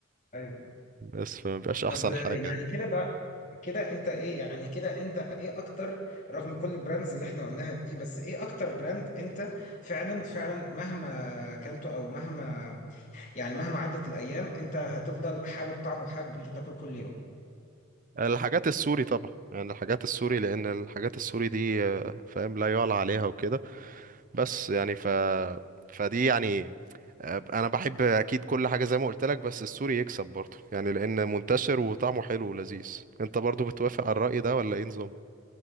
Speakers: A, on the left; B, on the right.
A: أيوة
B: بس فمبيبقاش احسن
A: طب يعني
B: حاجة يعني.
A: كده بقى كده انت ايه يعني كده انت ايه اكتر رغم كل البراندز اللي احنا قلناها دي بس ايه اكتر براند انت فعلا فعلا مهما اكلته او مهما يعني مهما عدت الايام انت هتفضل حابب طعمه حابب انت تاكل كل يوم
B: الحاجات السوري طبعا يعني الحاجات السوري لان الحاجات السوري دي آه، فاهم لا يعلى عليها وكده بس يعني ف فدي يعني آه، انا بحب اكيد كل حاجه زي ما قلت لك بس السوري يكسب برضه يعني لان منتشر وطعمه حلو ولذيذ انت برضه بتوافق على الرأي ده ولا ايه نظام